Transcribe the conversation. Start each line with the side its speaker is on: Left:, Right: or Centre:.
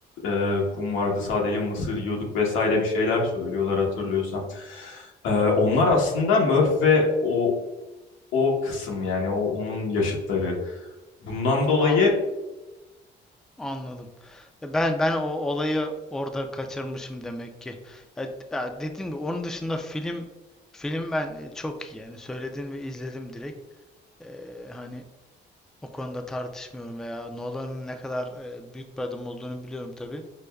Left: e, kum vardı sadece mısır yiyorduk vesaire bir şeyler söylüyorlar hatırlıyorsan. E, onlar aslında Murph ve o o kısım yani o onun yaşıtları. Bundan dolayı
Centre: A- anladım. E, Ben ben o olayı orada kaçırmışım demek ki. Ya, ya dediğim gibi onun dışında film film ben e, çok iyi yani söyledim ve izledim direkt. E, hani o konuda tartışmıyorum veya Nolan'ın ne kadar e, büyük bir adam olduğunu biliyorum tabii.